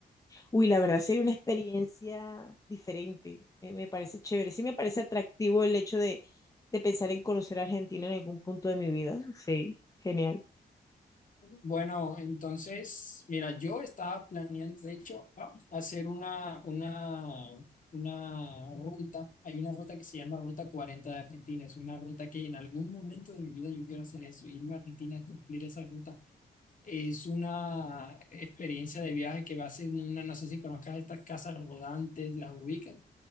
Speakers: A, on the left; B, on the left.
A: Uy, la verdad sería una experiencia diferente. eh, me parece chévere. Sí me parece atractivo el hecho de, de pensar en conocer a Argentina en algún punto de mi vida. Sí, genial.
B: Bueno, entonces, mira, yo estaba planeando, de hecho, vamos a hacer una, una, una ruta. Hay una ruta que se llama Ruta Cuarenta de Argentina. Es una ruta que en algún momento de mi vida yo quiero hacer eso, irme a Argentina a cumplir esa ruta. Es una experiencia de viaje que va a ser una, no sé si conozcas estas casas rodantes, las ubicas.